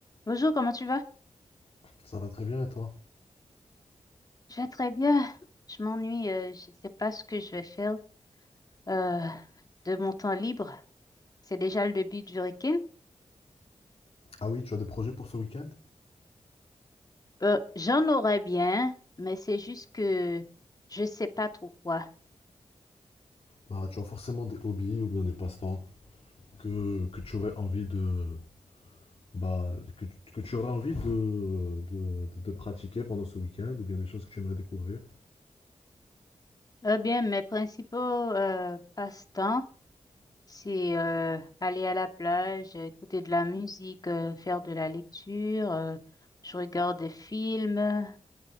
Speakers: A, on the left; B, on the left.
A: Bonjour, comment tu vas?
B: Ça va très bien et toi?
A: Je vais très bien. Je m'ennuie, euh, je ne sais pas ce que je vais faire euh, de mon temps libre. C'est déjà le début du week-end.
B: Ah oui, tu as des projets pour ce week-end?
A: Euh, j'en aurais bien, mais c'est juste que je ne sais pas trop quoi.
B: Bah, tu as forcément des hobbies ou bien des passe-temps que, que tu aurais envie de bah que, tu que tu aurais envie de, de, de- de pratiquer pendant ce week-end ou bien des choses que tu aimerais découvrir.
A: Eh bien, mes principaux euh, passe-temps, c'est euh, aller à la plage, écouter de la musique, euh, faire de la lecture, euh, je regarde des films,